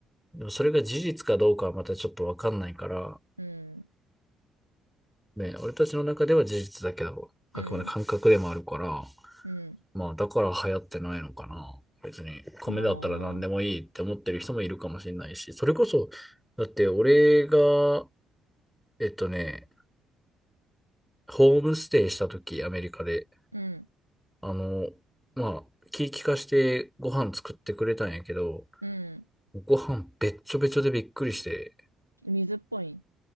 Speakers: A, in the centre; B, on the right.
A: でもそれが事実かどうかはまたちょっとわかんないから、
B: うん、
A: ね、俺たちの中では事実だけど、
B: うん、
A: あくまで感覚でもあるから、
B: う
A: まあだから流行ってないのかな。別に米だったら何でもいいって思ってる人もいるかもしれないし、
B: ん、ああ、
A: それこそ、だって俺が、えっとね、ホームステイした時、アメリカで、
B: うん、
A: あの、まあ、気利かしてご飯作ってくれたんやけど、
B: うん。
A: ご飯べっちょべちょでびっくりして、
B: 水っぽい。